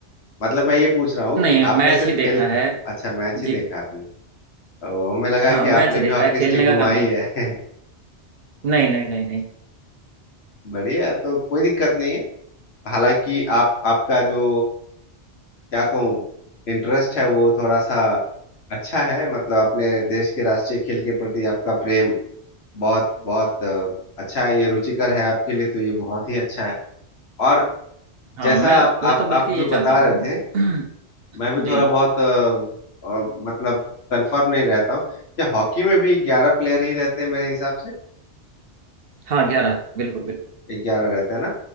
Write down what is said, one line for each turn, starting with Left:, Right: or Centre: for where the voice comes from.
Left: मतलब मैं ये पूछ रहा हूँ
Right: नहीं
Left: कि आपने
Right: मैच
Left: सिर्फ
Right: ही देखा
Left: खेल
Right: है
Left: अच्छा मैच
Right: जी
Left: ही देखा आपने तो हमें लगा
Right: हाँ
Left: कि
Right: मैच
Left: आपने
Right: ही
Left: भी
Right: देखा
Left: हॉकी
Right: है खेलने
Left: स्टिक
Right: का
Left: घुमाई
Right: कभी
Left: है
Right: नहीं नहीं नहीं नहीं
Left: <laughs> बढ़िया तो कोई दिक्कत नहीं है हालांकि आप आपका जो क्या कहूँ इंटरेस्ट है वो थोड़ा सा अच्छा है मतलब अपने देश के राष्ट्रीय खेल के प्रति आपका प्रेम बहुत बहुत अ, अच्छा है ये रुचिकर है आपके लिए तो ये बहुत ही अच्छा है और
Right: हाँ
Left: जैसा
Right: मैं
Left: आप आप
Right: मैं तो बल्कि
Left: आप
Right: ये
Left: जो
Right: चाहता
Left: बता
Right: हूँ
Left: रहे थे
Right: <clears throat>
Left: मैं भी
Right: जी
Left: थोड़ा बहुत अ, अ, मतलब कंफर्म नहीं रहता हूँ क्या हॉकी में भी ग्यारह प्लेयर ही रहते हैं मेरे हिसाब से
Right: हाँ ग्यारह बिल्कुल बिल्कुल
Left: ग्यारह रहते हैं ना